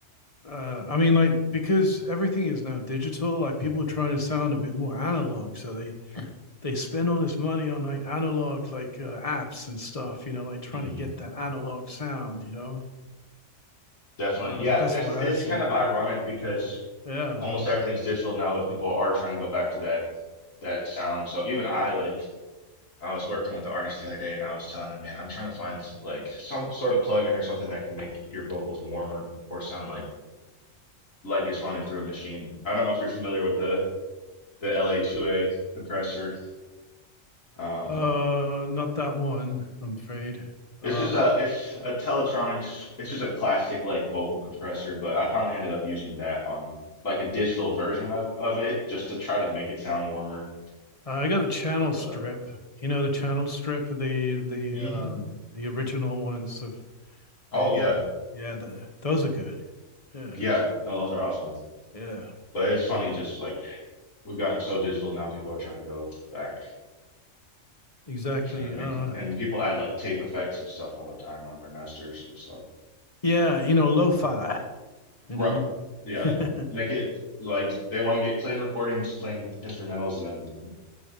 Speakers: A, on the left; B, on the left.
A: Uh, I mean, like because everything is now digital, like people are trying to sound a bit more analog, so they they spend all this money on like analog like uh, apps and stuff, you know, like trying
B: hmm
A: to get that analog sound, you know.
B: Definitely.
A: Uh,
B: Yeah,
A: that's
B: that's
A: what
B: it's
A: I see.
B: kind of ironic because.
A: Yeah.
B: almost everything's digital now, but people are trying to go back to that that sound. So even I like I was working with the artist the other day and I was telling him, man, I'm trying to find like some sort of plugin or something that can make your vocals warmer or sound like like it's running through a machine. I don't know if you're familiar with the the LA2A compressor. Um
A: Uh, not that one, I'm afraid.
B: it's
A: Um,
B: just a it's a Teletronics it's just a classic like vocal compressor, but I finally ended up using that on like a digital version of of it just to try to make it sound warmer.
A: I got a channel
B: More
A: strip.
B: like
A: You know the channel strip, the the
B: Mhm.
A: um the original ones of
B: Oh
A: they
B: yeah.
A: they yeah, the, those are good. Yeah.
B: Yeah. No, those are awesome.
A: Yeah.
B: But it's funny, just like we've gotten so digital now, people are trying to go back,
A: Exactly.
B: trying to make
A: Uh,
B: it, and people add like tape effects and stuff all the time on their masters and stuff.
A: yeah, you know, lo-fi, you
B: Right.
A: know.
B: yeah,
A: <laughs>
B: make it like they want to get clean recordings, clean instrumentals, and then